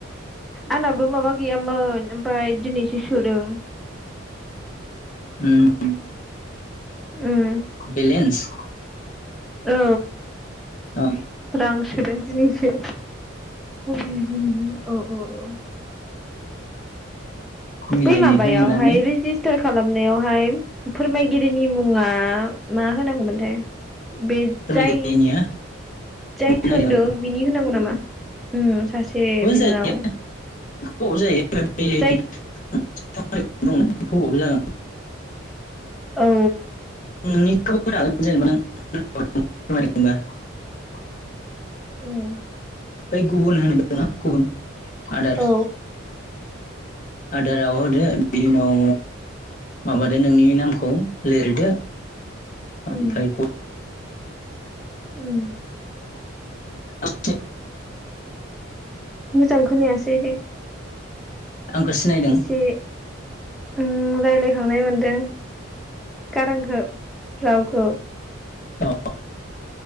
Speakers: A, in the centre; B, on the left.
A: आंनाबो माबा गैयामोन ओमफ्राय दिनैसो सोदों।
B: उम
A: उम
B: बेलेन्स
A: औ
B: अ
A: रां सोदों दिनिसो। औ औ।
B: मिलायनायखौ
A: बै माबायावहाय
B: मोननानै
A: रेजिस्टार खालामनायावहाय फोरमायगिरिनि मुङा मा होनांगौमोनथाय? बे
B: फोरमायगिरिनिया
A: जाय जाय
B: नागिरदों
A: थोनदों
B: आं
A: बिनि होनांगौ नामा? उम सासे बिनानाव।
B: जायो <unintelligible> बेखौ
A: जाय
B: होबाबो जागोन।
A: औ।
B: नोंनिखौबो होनो हागोन जेनेबा <unintelligible>
A: उम
B: बै गुबुन होनो ना गुबुन आदार
A: औ
B: आदारआव होदो बिनि उनाव माबादो नोंनि नामखौ लिरदो। ओमफ्राय
A: उम उम
B: <unintelligible>
A: मोजां खोनायासै दे
B: आंखौ सिनायदों
A: एसे उम रायलायखांनाय मोनदों गारांखौ रावखौ
B: औ।